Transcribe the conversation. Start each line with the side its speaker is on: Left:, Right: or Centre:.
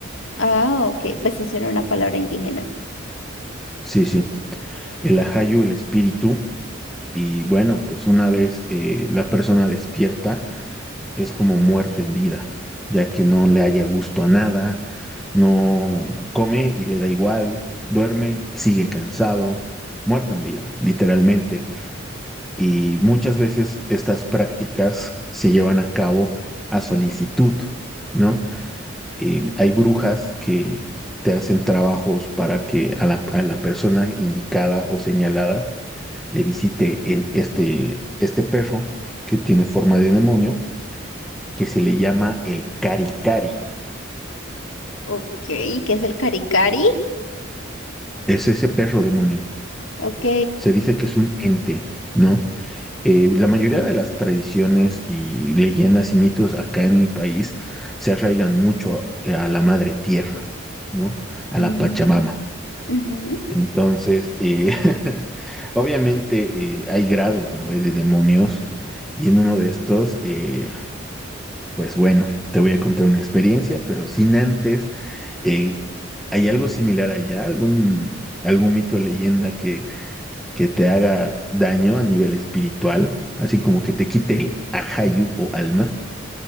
Left: Ah, ok. Pues sí, suena una palabra indígena.
Centre: Sí, sí. El ajayu, el espíritu. Y bueno, pues una vez eh, la persona despierta, es como muerte en vida, ya que no le haya gusto a nada, no come y le da igual, duerme, sigue cansado, muerte en vida, literalmente. y muchas veces estas prácticas se llevan a cabo a solicitud, ¿no? Eh, hay brujas que te hacen trabajos para que a la, a la persona indicada o señalada le visite en este, este perro que tiene forma de demonio, que se le llama el cari cari.
Left: Ok, ¿qué es el caricari?
Centre: Es ese perro demonio.
Left: Ok.
Centre: Se dice que es un ente, ¿no? Eh, la mayoría de las tradiciones y leyendas y mitos acá en mi país se arraigan mucho eh, a la madre tierra, ¿no? A
Left: mm,
Centre: la Pachamama.
Left: ujú,
Centre: Entonces, eh, <laughs> obviamente eh, hay grados, ¿no? eh, De demonios y en uno de estos, eh, pues bueno, te voy a contar una experiencia, pero sin antes, eh, ¿hay algo similar allá? ¿Algún, algún mito o leyenda que que te haga daño a nivel espiritual, así como que te quite el ajayu o alma.